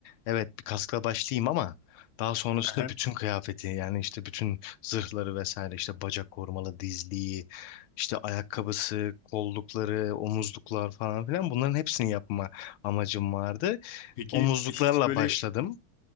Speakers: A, on the left (about 85°); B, on the left (about 60°).
A: evet bir kaskla başlayayım ama daha sonrasında
B: Aha.
A: bütün kıyafeti yani işte bütün zırhları vesaire işte bacak korumalı dizliği işte ayakkabısı, kollukları, omuzluklar falan filan bunların hepsini yapma amacım vardı.
B: Peki
A: Omuzluklarla
B: hiç böyle
A: başladım.